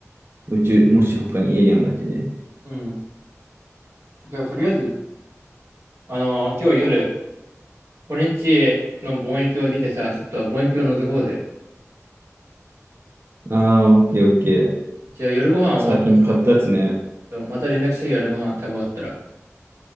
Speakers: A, on the right; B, on the right.
A: 宇宙、もし他にエイリアンがいてね。
B: うん。じゃあ、とりあえず、あの今日夜、俺んちの望遠鏡見てさ、ちょっと望遠鏡覗こうぜ。
A: ああ、オッケーオッケー。
B: じゃあ夜ご飯終わったら、
A: 最近買ったやつね。
B: ちょっとまた連絡してよ、夜ご飯食べ終わったら。